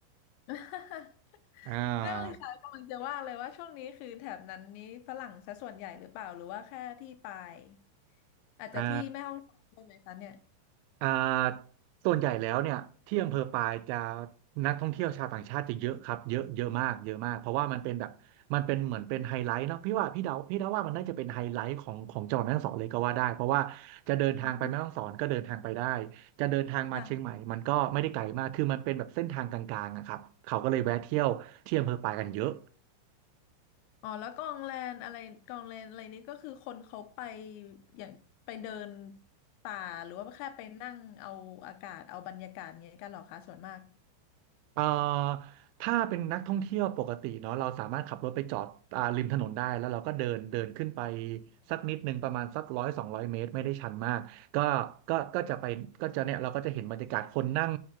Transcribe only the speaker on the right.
อ่า
อ่า อ่าส่วนใหญ่แล้วเนี่ยที่อำเภอปายจะนักท่องเที่ยวชาวต่างชาติจะเยอะครับเยอะเยอะมากเยอะมากเพราะว่ามันเป็นแบบมันเป็นเหมือนเป็นไฮไลท์เนาะพี่ว่าพี่เดาพี่เดาว่ามันน่าจะเป็นไฮไลท์ของของจังหวัดแม่ฮ่องสอนเลยก็ว่าได้เพราะว่าจะเดินทางไปแม่ฮ่องสอนก็เดินทางไปได้
จะเดินทางมาเชียงใหม่มันก็ไม่ได้ไกลมากคือมันเป็นแบบเส้นทางกลางๆอะครับเขาก็เลยแวะเที่ยวที่อำเภอปายกันเยอะ
เอ่อถ้าเป็นนักท่องเที่ยวปกติเนาะเราสามารถขับรถไปจอดอ่าริมถนนได้แล้วเราก็เดินเดินขึ้นไปสักนิดนึงประมาณสักร้อยสองร้อยเมตรไม่ได้ชันมากก็ก็ก็จะไปก็จะเนี่ยเราก็จะเห็นบรรยากาศคนนั่ง